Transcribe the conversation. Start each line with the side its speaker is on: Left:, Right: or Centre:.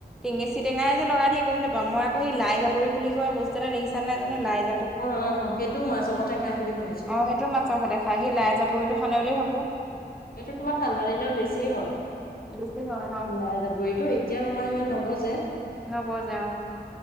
Centre: টেঙেচি টেঙাই যে লগাই দিয়ে গম নাপাও, মই আক সেই লাই জাবৰি বুলি কয় বস্তু এটা দেইছ- <unintelligible>
Left: অ', অ, সেইটোও মাছৰ সৈতে খাই বুলি শুনিছো।
Centre: অ', সেইটো মাছৰ সতে খাই সেই লাই জাবৰিটো সানে বুলি ভাবো।
Left: এইটো তোমাৰ ঠাণ্ডা দিনত বেছি হয়।
Centre: বেছি ন
Left: লাই জাবৰিটো এতিয়া নোমাই ইমান নগজে।
Centre: নগজে অ